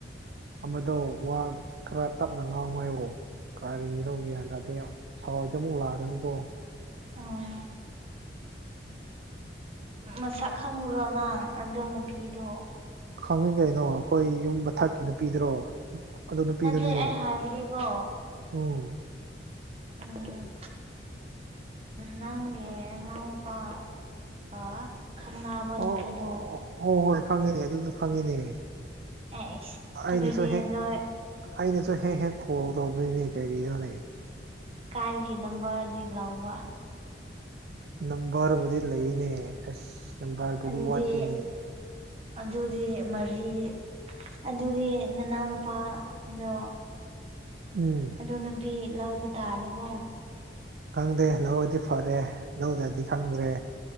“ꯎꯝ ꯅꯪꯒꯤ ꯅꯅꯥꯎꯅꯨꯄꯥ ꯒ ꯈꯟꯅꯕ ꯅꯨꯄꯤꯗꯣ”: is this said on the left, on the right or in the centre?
Right